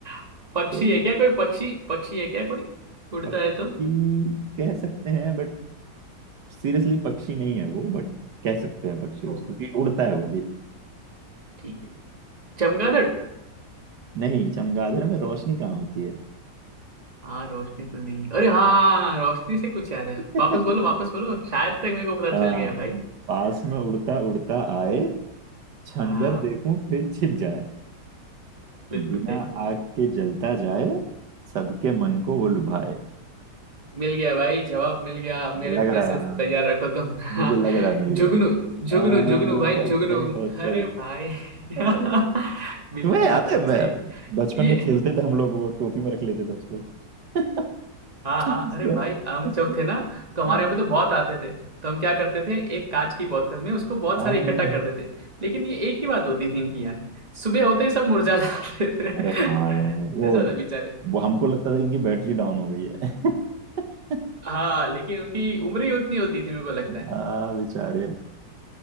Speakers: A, on the right (about 20°); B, on the right (about 70°).
A: <laughs> पक्षी
B: तो
A: है क्या कोई पक्षी पक्षी है क्या कोई उड़ता
B: पक्षी
A: है तो
B: कह सकते हैं बट सीरियसली पक्षी नहीं है वो बट कह सकते हैं पक्षी
A: हो
B: उसको कि उड़ता है वो भी
A: ठीक है चमगादड़
B: नहीं चमगादड़ में रोशनी कहाँ होती है
A: हाँ रोशनी तो नहीं अरे हाँ रोशनी से कुछ याद है
B: <laughs>
A: वापस बोलो वापस बोलो शायद तक मेरे को पता चल
B: हाँ
A: गया भाई
B: पास में उड़ता उड़ता आए क्षण
A: हाँ
B: भर देखूं फिर छिप जाए
A: बिल्कुल
B: बिना
A: सही
B: आग के जलता जाए सबके मन को वो लुभाए
A: मिल गया भाई जवाब मिल गया मेरे
B: लग
A: पैसे
B: रहा है हाँ
A: तैयार रखो तुम <laughs>
B: मुझे लग रहा है मिल
A: जुगनू
B: गया हाँ
A: जुगनू जुगनू भाई
B: बहुत
A: जुगनू
B: सही बहुत सही
A: अरे भाई <laughs>
B: अरे
A: बिल्कुल
B: तुम्हें याद
A: सही
B: है मैं- बचपन में
A: ये
B: खेलते थे हम लोग वो टोपी में रख लेते थे उसको <laughs>
A: हाँ हाँ
B: उसको-
A: अरे भाई हम
B: उसको-
A: जब थे ना तो हमारे
B: हाँ
A: यहाँ पे तो बहुत आते थे तो हम क्या करते थे एक कांच की बोतल में उसको बहुत
B: हाँ।
A: सारे इकट्ठा कर देते लेकिन ये एक ही बात होती थी इनकी यार सुबह होते ही सब मुरझा जाते थे
B: अरे
A: <laughs>
B: हाँ यार वो
A: ऐसा था बेचारे
B: वो हमको लगता था इनकी बैटरी डाउन हो गई है <laughs>
A: हाँ लेकिन उनकी उम्र ही उतनी होती थी मेरे को लगता है
B: हाँ बेचारे